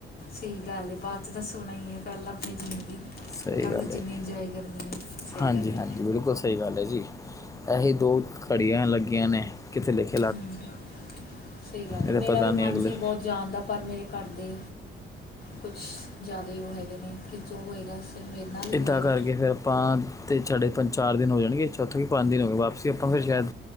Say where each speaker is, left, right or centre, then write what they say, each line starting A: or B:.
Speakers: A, on the left; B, on the left.
A: ਸਈ ਗੱਲ ਏ, ਬਾਅਦ ਚ ਤਾਂ ਸੋਣਾ ਈ ਐ, ਪੇਲਾ ਆਪਣੀ ਜ਼ਿੰਦਗੀ
B: ਸਹੀ
A: ਕੱਰਲੋ
B: ਗੱਲ
A: ਜਿੰਨੀ
B: ਹੈ ਜੀ
A: ਇੰਜੋਯ ਕਰਨੀ ਆ, ਸਈ
B: ਹਾਂਜੀ
A: ਗੱਲ ਐ।
B: ਹਾਂਜੀ ਬਿਲਕੁਲ ਸਈ ਗੱਲ ਐ ਜੀ, ਏਹੀ ਦੋ ਘੜੀਆਂ ਲੱਗੀਆਂ ਨੇ ਕਿੱਥੇ ਲਿਖ
A: ਹਾਂਜੀ, ਸਈ ਗੱਲ
B: ਇਹਦਾ
A: ਆ, ਮੇਰਾ
B: ਪਤਾ
A: ਵੀ
B: ਨਹੀਂ
A: ਮਨ
B: ਅਗਲੇ
A: ਸੀ ਬੋਤ ਜਾਣਦਾ, ਪਰ ਮੇਰੇ ਘਰਦੇ ਕੁਛ ਜ਼ਾਦਾ ਈ ਓ ਹੈਗੇ ਨੇ ਕਿ ਜੋ ਹੋਏਗਾ ਮੇਰੇ ਨਾਲ ਹੀ
B: ਇੱਦਾਂ
A: ਹੋਏਗਾ
B: ਕਰਕੇ ਫੇਰ ਆਪਾਂ ਤੇ ਸਾਡੇ ਪੰਜ ਚਾਰ ਦਿਨ ਹੋ ਜਾਣਗੇ, ਚ ਓਥੇ ਵੀ ਪੰਜ ਦਿਨ ਹੋ ਗਏ, ਵਾਪਸੀ ਆਪਾਂ ਫਿਰ ਸ਼ਾਇਦ